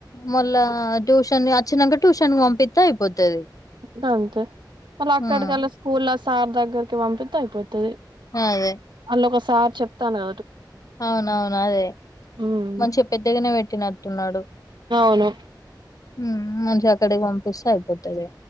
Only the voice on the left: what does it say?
మళ్ళా ట్యూషన్ అచ్చినాక ట్యూషన్ కి పంపిత్తే అయిపోతది
హ్మ్.
అదే
అవునవును అదే
మంచిగా పెద్దగానే పెట్టినట్టున్నాడు
హ్మ్ మంచిగా అక్కడికి పంపిస్తే అయిపోతది